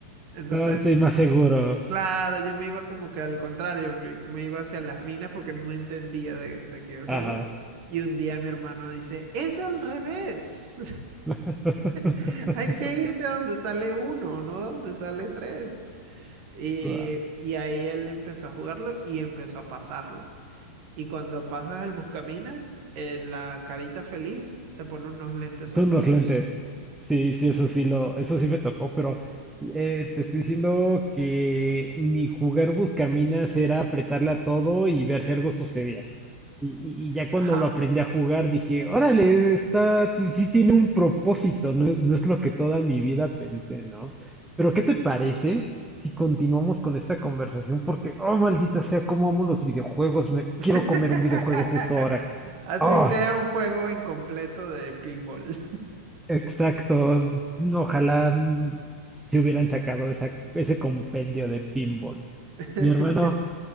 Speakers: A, on the right; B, in the centre.
A: Entonces,
B: Ah, estoy más seguro,
A: claro, yo me iba como que al contrario, me, me iba hacia las minas porque no entendía de, de qué iba el
B: ajá.
A: juego. Y un día mi hermano dice, es al revés,
B: <laughs>
A: <laughs> hay que irse a donde sale uno, no donde sale tres. Y,
B: Guau.
A: y ahí él empezó a jugarlo y empezó a pasarlo. Y cuando pasas el buscaminas, eh, la carita feliz se pone unos lentes
B: Son
A: oscuros.
B: los lentes. Sí, sí, eso sí lo, eso sí me tocó, pero eh, te estoy diciendo que mi jugar buscaminas era apretarle a todo y ver si algo sucedía. Y, y- y ya cuando
A: Ajá.
B: lo aprendí a jugar dije, órale, está, ti- sí tiene un propósito, no es, no es lo que toda mi vida pensé, ¿no? Pero ¿qué te parece si continuamos con esta conversación? Porque, oh, maldita sea, cómo amo los videojuegos, me
A: <laughs>
B: quiero comer un videojuego justo ahora.
A: Así
B: ¡Ah!
A: sea un juego incompleto de pinball.
B: Exacto. Ojalá mm, que hubieran sacado esa, ese compendio de pinball.
A: <laughs>
B: Mi hermano,